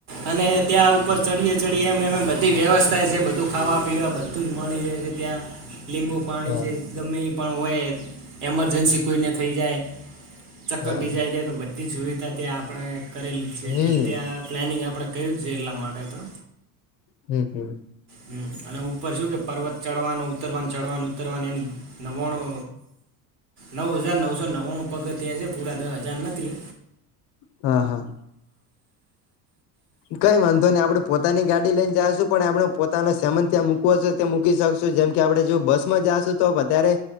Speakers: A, on the right; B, on the left.
A: અને ત્યાં ઉપર ચડીએ ચડીએ એમ એમ બધી વ્યવસ્થા છે, બધું ખાવા પીવા, બધુંજ મળી રેહ છે ત્યાં લીંબુ પાણી
B: હા
A: છે ગમે એ પણ હોય એમરજન્સી કોઈને થઈ જાય. ચક્કર
B: હા
A: બીજાય જાય તો બધી સુવિધા ત્યા આપણે કરેલી છે તે
B: હમ
A: તે ત્યાં પ્લાનિંગ આપણે કર્યું જ છે એટલા માટે તો
B: હમ હમ
A: હમ્મ અને ઉપર શું કે પર્વત ચડવાનું ઉતરવાનું, ચડવાનું ઉતરવાનું એમ નવ્વાણું, નવ હજાર નવસો નવ્વાણું પગથયા છે, પૂરા દ હજાર નથી.
B: હા, હા. કઈ વાંધો નહી આપડે પોતાની ગાડી લઈ ને જાશું પણ આપડ પોતાનો સામન ત્યાં મૂકવો હશે તે મૂકી શકશું જેમકે આપડે જો બસમાં જાશું તો વધારે